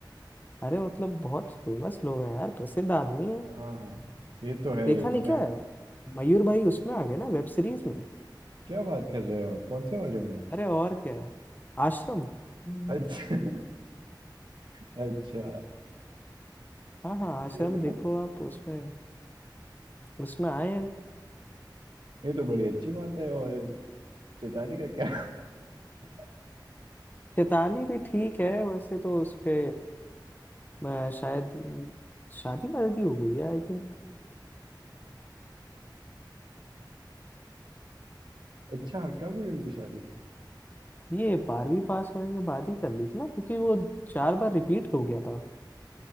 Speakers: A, on the left (about 25°); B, on the right (about 80°).
A: अरे मतलब बहुत फेमस लोग हैं यार प्रसिद्ध आदमी है
B: हाँ हाँ ये तो है
A: देखा
B: ये
A: नहीं
B: मुझे
A: क्या मयूर भाई उसमें आ गए ना वेब सीरीज में
B: क्या बात कर रहे हो आप कौन से वाले में है
A: अरे और क्या आश्रम हम्म।
B: अच्छा <laughs> अच्छा
A: हाँ हाँ आश्रम
B: ये तो
A: देखो आप उसमें उसमें आए हैं
B: ये तो बड़ी अच्छी बात है और चेताली का क्या <laughs>
A: चेताली भी ठीक है वैसे तो उसके अ, शायद अम, शादी वादी हो गई है आई थिंक
B: अच्छा कब हुई उनकी शादी
A: ये बारहवीं पास होने के बाद ही कर ली थी ना क्योंकि वो चार बार रिपीट हो गया था